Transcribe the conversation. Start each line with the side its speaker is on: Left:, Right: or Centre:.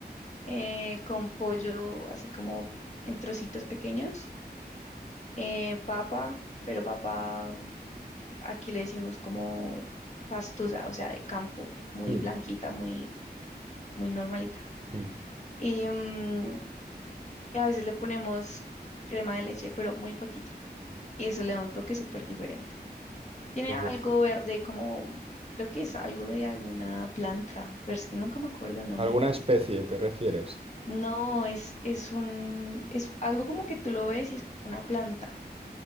Left: eh, con pollo así como en trocitos pequeños, eh, papa, pero papa aquí le decimos como pastusa, o sea, de campo, muy
Right: Mm,
Left: blanquita, muy, muy normalita.
Right: mm,
Left: Y, mm, y a veces le ponemos crema de leche, pero muy poquita, y eso le da un toque súper diferente. Tiene
Right: qué bu-
Left: algo verde como, creo que es algo de alguna planta, pero es que nunca me acuerdo el nombre.
Right: ¿Alguna especie te refieres?
Left: No, es, es un, es algo como que tú lo ves y es una planta